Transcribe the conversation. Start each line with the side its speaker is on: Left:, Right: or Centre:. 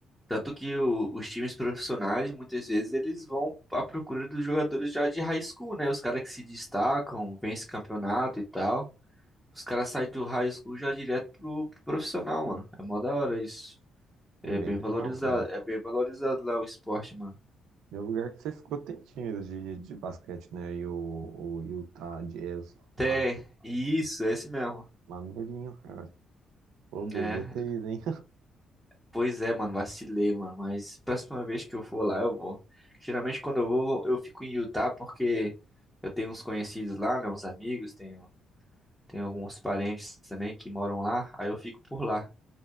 Centre: Tanto que o- os times profissionais, muitas vezes, eles vão à procura dos jogadores já de high school, né? Os caras que se destacam, vencem campeonato e tal. Os caras saem do high school já direto pro, pro profissional, mano. É mó da hora isso. É
Right: É bem
Centre: bem valorizado,
Right: legal, cara.
Centre: é bem valorizado lá o esporte, mano.
Right: E o lugar que você ficou tem time de, de basquete, né? E o, o Utah Jazz lá.
Centre: Até, isso, é esse mesmo.
Right: Maneirinho, cara. Poderia
Centre: É,
Right: ter ido, hein?
Centre: pois é, mano, vacilei, mano. Mas próxima vez que eu for lá, eu vou. Geralmente quando eu vou, eu fico em Utah porque eu tenho uns conhecidos lá, né? Uns amigos, tenho Tem alguns parentes também que moram lá, aí eu fico por lá.